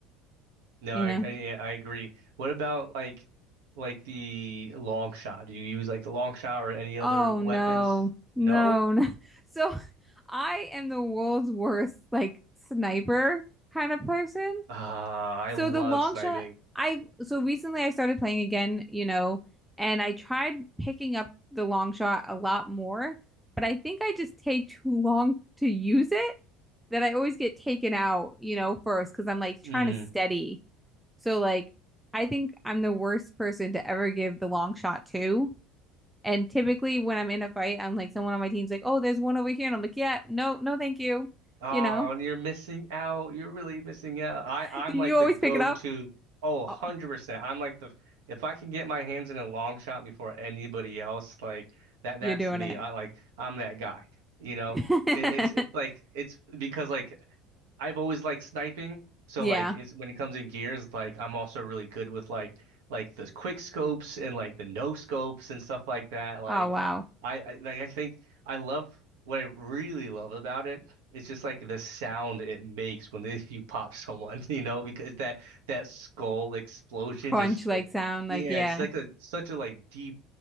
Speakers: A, on the right (about 85°); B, in the centre.
A: No,
B: you
A: I,
B: know?
A: I yeah, I agree. What about like like the long shot? Do you use like the long shot or any other
B: Oh
A: weapons?
B: no. No,
A: No?
B: no. <laughs> So I am the world's worst like sniper kind of person.
A: Ah, I
B: So
A: love
B: the long
A: sniping.
B: shot, I so recently I started playing again, you know, and I tried picking up the long shot a lot more, but I think I just take too long to use it that I always get taken out, you know, first because I'm like trying
A: Mm.
B: to steady. So like I think I'm the worst person to ever give the long shot to. And typically when I'm in a fight, I'm like someone on my team's like, "Oh, there's one over here." And I'm like, "Yeah, no, no, thank you."
A: Oh,
B: You know?
A: and you're missing out. You're really missing out. I
B: <laughs>
A: I'm
B: Do
A: like
B: you always
A: the go-to.
B: pick it up?
A: Oh, 100%.
B: Oh,
A: I'm like the if I can get my hands in a long shot before anybody else, like that
B: you're
A: that's
B: doing
A: me. I like I'm that guy. You know,
B: it.
A: it, it's it's like
B: <laughs>
A: it's because like I've always liked sniping. So
B: Yeah.
A: like it's when it comes in gears, like I'm also really good with like like the quick scopes and like the no scopes and stuff like that. Like
B: Oh wow.
A: I, I like I think I love what I really love about it it's just like the sound it makes when <laughs> they, you pop someone, <laughs> you know, because that that skull explosion
B: Crunch
A: just
B: like
A: like
B: sound
A: yeah,
B: like yeah.
A: it's like a such a like deep